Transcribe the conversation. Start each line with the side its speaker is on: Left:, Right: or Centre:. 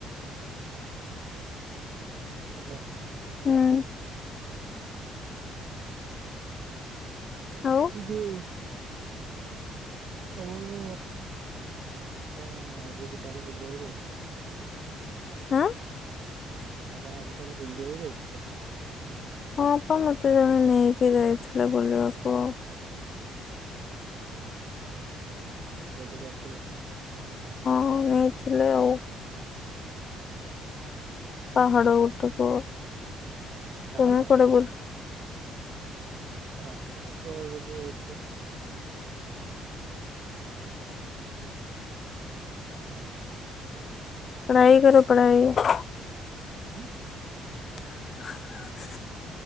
Right: ହାଲୋ।
Left: ହୁଁ। ଆଉ?
Right: ଏଇ ଯୋଉ ସବୁବେଳେ କଣ ଆଜିବି ତାହେଲେ ବୁଲିବାକୁ ଯାଇଥିଲ?
Left: ଆଁ?
Right: ଆପଣ ଆଜି ତାହେଲେ ବୁଲିବାକୁ ଯାଇଥିଲେ?
Left: ହଁ ପା ମତେ ଜଣେ ନେଇକି ଯାଇଥିଲେ ବୁଲିବାକୁ ଆଉ।
Right: ବୁଲିକି ଆସିଲେ?
Left: ହଁ ନେଇଥିଲେ ଆଉ। ପାହାଡ଼ ଉପରକୁ
Right: ପାହାଡ
Left: ତମେ କୁଆଡ଼େ ବୁ
Right: ଆଉ କହିବାକୁ ଗଲେ ପୃଥିବୀର
Left: ପଢ଼ାଇ କରୋ ପଢ଼ାଇ।
Right: ଉଁ?
Left: <inaudible>